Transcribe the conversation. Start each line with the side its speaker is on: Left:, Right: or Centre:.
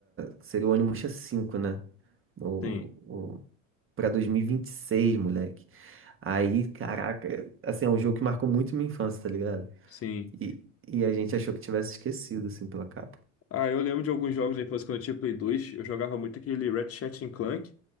Right: que seria o Onimusha cinco, né? O,
Left: Sim,
Right: o, pra 2026, moleque. Aí, caraca, assim, é um jogo que marcou muito minha infância, tá ligado?
Left: sim.
Right: E, e a gente achou que tivesse esquecido, assim, pela capa.
Left: Ah, eu lembro de alguns jogos da infância quando eu tinha Play 2. Eu jogava muito aquele Ratchet and Clank.